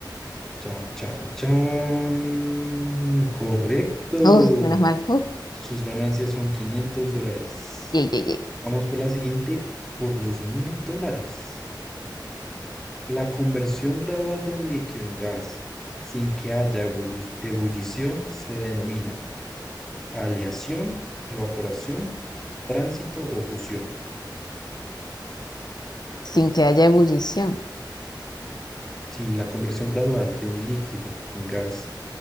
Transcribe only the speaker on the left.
Uy, menos mal. Uh,
yay, yay, yay.
Sin que haya ebullición.